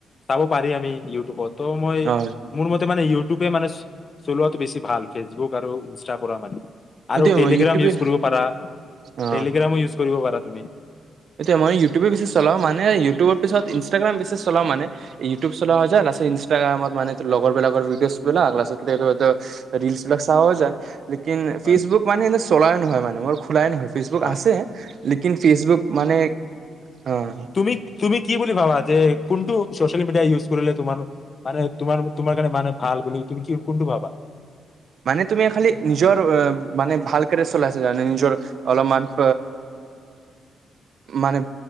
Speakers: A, on the left; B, on the right.
A: চাব পাৰি আমি ইউটিউবত। ত' মই
B: অ
A: মোৰ মতে মানে ইউটিউবে মানে চলোৱাটো বেছি ভাল। ফেচবুক আৰু ইনষ্টাৰ পৰা মানে আৰু
B: এতিয়া
A: টেলিগ্ৰাম
B: মই ইউটিউবে
A: ইউজ কৰিব পাৰা।
B: অ
A: টেলিগ্ৰামো ইউজ কৰিব পাৰা তুমি?
B: এতিয়া মই ইউটিউবে বেচি চলাওঁ। মানে ইউটিউবৰ পিছত ইনষ্টাগ্ৰাম বেছি চলাওঁ মানে ইউটিউব চলোৱা হয় যে লাষ্টত ইনষ্টাগ্ৰামত মানে তোৰ মানে লগৰ বিলাকৰ ভিডিওজ বিলাক <unintelligible> ৰিলচ বিলাক চাৱা
A: হয়
B: যায়, লেকিন ফেচবুক
A: হয়
B: মানে এনে <unintelligible> মোৰ খোলায়ে নহয়। ফেচবুক
A: হয়
B: আছে লেকিন ফেচবুক মানে। অ'।
A: তুমি তুমি কি বুলি ভাবা যে কোনটো ছচিয়েল মিডিয়া ইউজ কৰিলে তোমাৰ মানে তোমাৰ তোমাৰ কাৰণে মানে ভাল বুলি তুমি কি কোনটো ভাবা?
B: মানে তুমি খালি নিজৰ মানে ভাল <unintelligible> চলাই আছে কাৰণে নিজৰ অলপমান <unintelligible> মানে